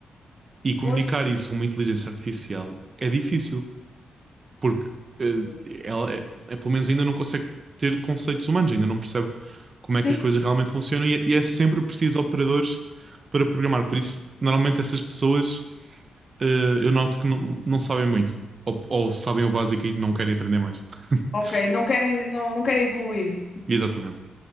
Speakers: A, on the right; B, on the left.
A: E comunicar
B: Pois,
A: isso a uma inteligência artificial é difícil porque eh,
B: acredito.
A: ela, é, é- pelo menos ainda não consegue ter conceitos humanos, ainda não percebe como é
B: sim.
A: que as coisas realmente funcionam e, é, e é sempre preciso de operadores para programar. Por isso, normalmente essas pessoas eh, eu noto que não, não sabem muito, ou, ou sabem o básico e não querem aprender mais. <laughs>
B: Ok, não querem, não, não querem evoluir.
A: Exatamente.